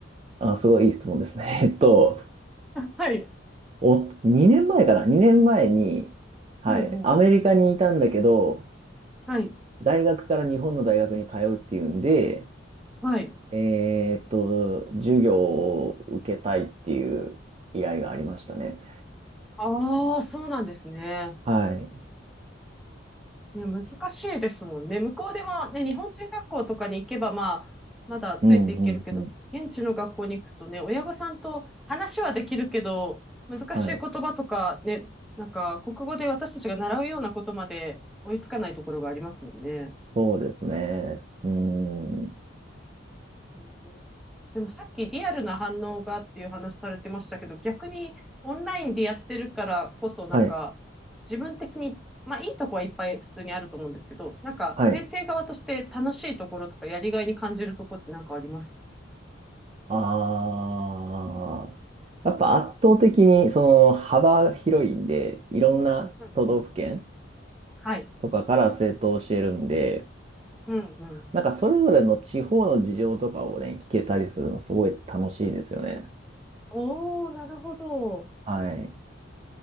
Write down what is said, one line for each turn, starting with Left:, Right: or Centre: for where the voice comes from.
Right: あ、すごいいい質問ですね。<laughs> えっと、
Centre: はい。
Right: お、2年前かな ?2 年前に、はい、
Centre: うんうん。
Right: アメリカにいたんだけど、
Centre: はい。
Right: 大学から日本の大学に通うっていうんで、
Centre: はい。
Right: えーっと、授業を受けたいっていう依頼がありましたね。
Centre: ああ、そうなんですね。
Right: はい。
Centre: ね、難しいですもんね。向こうでもね、日本人学校とかに行けば、まあ、まだついていけるけど、
Right: うん、うん、うん。
Centre: 現地の学校に行くとね、親御さんと話はできるけど、難しい言葉とかね、
Right: はい。
Centre: なんか、国語で私たちが習うようなことまで追いつかないところがありますもんね。
Right: そうですね。うん。
Centre: うんでもさっきリアルな反応がっていう話されてましたけど、逆にオンラインでやってるからこそ、なんか自分的に、
Right: はい、
Centre: まあいいとこはいっぱい普通にあると思うんですけど、なんか先生側として楽しいところとかやりがいに感じるところってなんかあります
Right: はい。ああ。やっぱ圧倒的にその幅広いんで、いろんな都道府県
Centre: うんうん。はい。
Right: とかから生徒を教えるんで、
Centre: うんうん。
Right: なんかそれぞれの地方の事情とかをね、聞けたりするのすごい楽しいですよね。
Centre: おー、なるほど。
Right: はい。